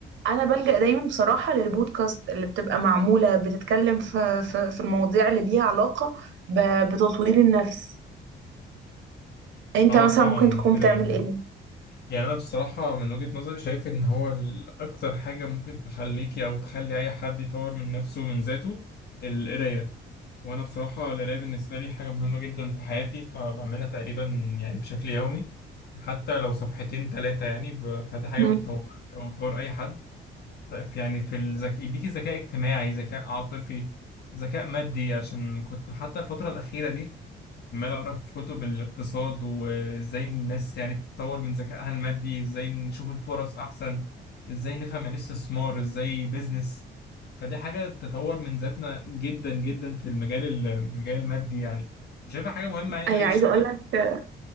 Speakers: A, on the right (about 70°); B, on the left (about 55°).
A: انا بلجأ دايما بصراحه للبودكاست اللي بتبقى معموله بتتكلم في في في المواضيع اللي ليها علاقه ب- بتطوير النفس انت
B: اه
A: مثلا
B: طبعا
A: ممكن
B: مفيدة
A: تكون بتعمل
B: جدا
A: ايه
B: يعني انا بصراحة من وجهة نظري شايف ان هو ال- اكتر حاجة ممكن تخليكي او تخلي اي حد يطور من نفسه ومن ذاته القراية وانا بصراحة القراية بالنسبة لي حاجة مهمة جدا في حياتي فبعملها تقريبا يعني بشكل يومي حتى لو صفحتين ثلاثة يعني ب- فدي حاجة
A: مم.
B: بتطورك او تطور اي حد ف- يعني في الذكاء يديكي ذكاء اجتماعي ذكاء عاطفي ذكاء مادي عشان كنت حتى الفترة الأخيرة دي عمال اقرا في كتب الاقتصاد وازاي الناس يعني تطور من ذكائها المادي ازاي نشوف الفرص احسن ازاي نفهم يعني إيه استثمار ازاي بيزنس فدي حاجه تطور من ذاتنا جدا جدا في المجال المجال المادي يعني وشايفها حاجه مهمه يعني لاي
A: اي عايزه
B: شاب
A: اقول لك